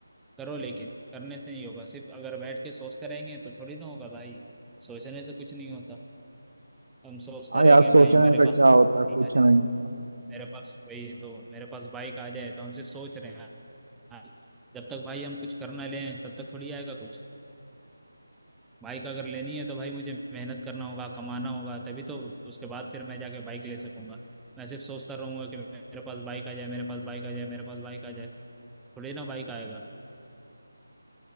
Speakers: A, in the centre; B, on the right (about 60°).
A: करो लेकिन करने से नहीं होगा सिर्फ अगर बैठ के सोचते रहेंगे तो थोड़ी ना होगा भाई सोचने से कुछ नहीं होता हम सोचते
B: हाँ
A: रहेंगे
B: यार सोचने
A: भाई मेरे
B: से
A: पास
B: क्या होता है
A: ठीक
B: कुछ
A: है,
B: नहीं होता
A: मेरे पास वही है तो मेरे पास बाइक आ जाए तो हम सिर्फ सोच रहे हैं "हाँ, जब तक भाई हम कुछ करना लें तब तक थोड़ी आएगा कुछ बाइक अगर लेनी है तो भाई मुझे मेहनत करना होगा कमाना होगा तभी तो उसके बाद फिर मैं जाके बाइक ले सकूंगा मैं सिर्फ सोचता रहूंगा कि मेरे पास बाइक आ जाए मेरे पास बाइक आ जाए मेरे पास बाइक आ जाए थोड़ी ना बाइक आएगा